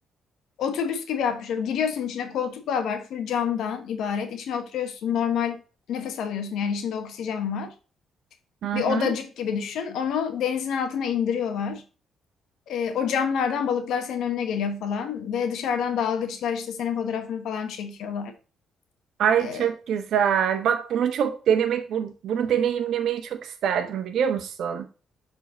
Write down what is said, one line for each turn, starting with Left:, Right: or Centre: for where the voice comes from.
Left: Otobüs gibi yapmışlar. Giriyorsun içine koltuklar var. Full camdan ibaret. İçine oturuyorsun. Normal nefes alıyorsun. Yani içinde oksijen var.
Right: Hı
Left: Bir
Right: hı.
Left: odacık gibi düşün. Onu denizin altına indiriyorlar. Ee, o camlardan balıklar senin önüne geliyor falan. Ve dışarıdan dalgıçlar işte senin fotoğrafını falan çekiyorlar.
Right: Ay
Left: Ee,
Right: çok güzel. Bak bunu çok denemek, bu- bunu deneyimlemeyi çok isterdim biliyor musun?